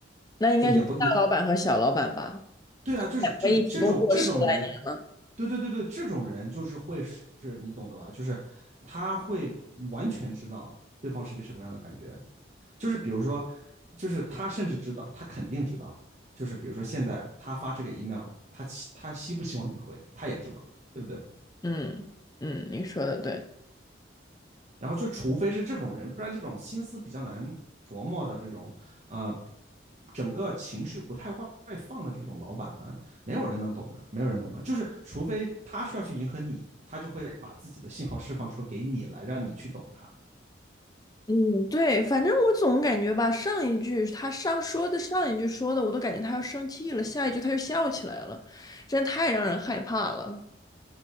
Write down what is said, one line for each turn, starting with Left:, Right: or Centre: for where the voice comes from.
Left: 那应该就是大老板和小老板吧，
Right: 就也不也对啊，就是就是这种这种人，
Left: 两个一起工作十来年了。
Right: 对对对对，这种人就是会是你懂的吧，就是他会完全知道对方是一个什么样的感觉。就是比如说，就是他甚至知道，他肯定知道，就是比如说现在他发这个 email，他他希不希望你回，他也知道，对不对？
Left: 嗯嗯，你说的对。
Right: 然后就除非是这种人，不然这种心思比较难琢磨的这种，呃，整个情绪不太外放的这种老板呢，没有人能懂的，没有人懂的，就是除非他需要去迎合你，他就会把自己的信号释放出给你来，让你去懂他。
Left: 嗯，对，反正我总感觉吧，上一句他上说的上一句说的，我都感觉他要生气了，下一句他又笑起来了，真太让人害怕了。